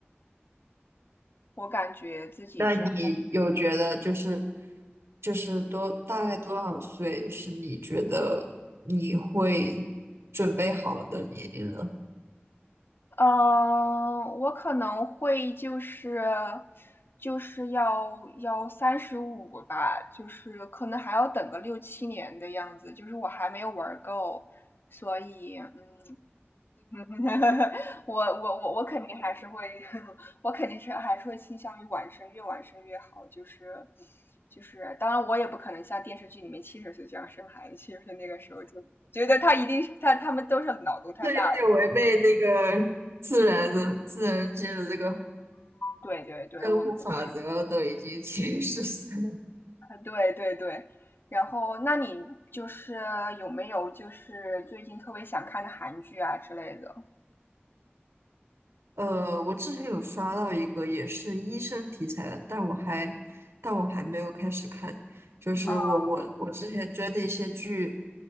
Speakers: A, on the left; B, on the right.
A: 我感觉自己之后
B: 那你有觉得就是就是多大概多少岁是你觉得你会准备好的年龄呢？
A: 嗯，我可能会就是就是要要三十五吧，就是可能还要等个六七年的样子。就是我还没有玩够，所以嗯，<laughs> 我我我我肯定还是会，<laughs> 我肯定是还是会倾向于晚生，越晚生越好。就是就是，当然我也不可能像电视剧里面七十岁这样生孩子，七十岁那个时候就觉得他一定是他他们都是脑洞太大了。
B: 这有点违背那个自然的自然界的这个
A: 对对对，
B: 生物法则了，
A: 我明白。
B: 都已经 <laughs> 七十岁。
A: 对对对。然后，那你就是有没有就是最近特别想看的韩剧啊之类的？
B: 呃，我之前有刷到一个也是医生题材的，但我还但我还没有开始看。就是我我我之前追的一些剧，
A: 嗯，